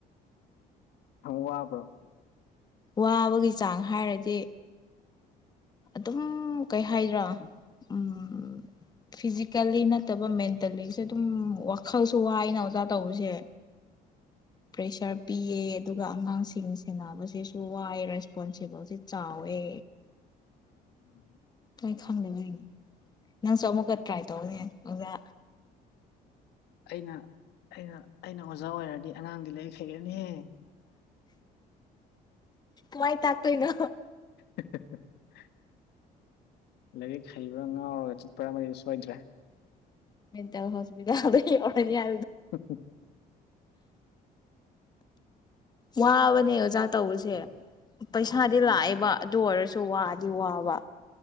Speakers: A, on the left; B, on the left.
A: ꯊꯪ ꯋꯥꯕ꯭ꯔꯣ
B: ꯋꯥꯕꯒꯤ ꯆꯥꯡ ꯍꯥꯏꯔꯗꯤ ꯑꯗꯨꯝ ꯀꯩ ꯍꯥꯏꯗ꯭ꯔꯥ ꯎꯝ ꯐꯤꯖꯤꯀꯦꯜꯂꯤ ꯅꯠꯇꯕ ꯃꯦꯟꯇꯦꯜꯂꯤꯁꯦ ꯑꯗꯨꯝ ꯋꯥꯈꯜꯁꯨ ꯋꯥꯅ ꯑꯣꯖꯥ ꯇꯧꯕꯔꯤꯁꯦ ꯄ꯭ꯔꯦꯁꯔ ꯄꯤꯌꯦ ꯑꯗꯨꯒ ꯑꯉꯥꯡꯁꯤꯡ ꯁꯦꯟꯅꯕꯁꯤꯁꯨ ꯋꯥꯏ ꯔꯦꯁꯄꯣꯟꯁꯤꯕꯜꯁꯤ ꯆꯥꯎꯑꯦ
A: ꯎꯝ
B: ꯁꯣꯏ ꯈꯪꯗꯕꯒꯤꯅꯤ ꯅꯪꯁꯨ ꯑꯃꯨꯛꯀ ꯇ꯭ꯔꯥꯏ ꯇꯧꯅꯦ ꯑꯣꯖꯥ
A: ꯑꯩꯅ ꯑꯩꯅ ꯑꯩꯅ ꯑꯣꯖꯥ ꯑꯣꯏꯔꯗꯤ ꯑꯉꯥꯡꯗꯤ ꯂꯩꯈ꯭ꯔꯔꯅꯤꯍꯦ <inaudible>
B: ꯃꯥꯏ ꯇꯥꯛꯇꯣꯏꯅꯣ
A: <inaudible> ꯂꯥꯏꯔꯤꯛ ꯍꯩꯕ꯭ꯔꯥ ꯉꯥꯎꯔꯒ ꯆꯠꯄ꯭ꯔꯥ ꯑꯃꯗꯤ ꯁꯣꯏꯗ꯭ꯔꯦ
B: ꯃꯇ ꯍꯁꯗ ꯌꯥ
A: ꯑ
B: ꯋꯥꯕꯅꯦ ꯑꯣꯖꯥ ꯇꯧꯕꯁꯦ ꯄꯩꯁꯥꯗꯤ
A: ꯎꯝ
B: ꯂꯥꯛꯑꯦꯕ ꯑꯗꯨ ꯑꯣꯏꯔꯁꯨ ꯇ ꯋꯥꯗꯤ ꯋꯥ ꯋꯥ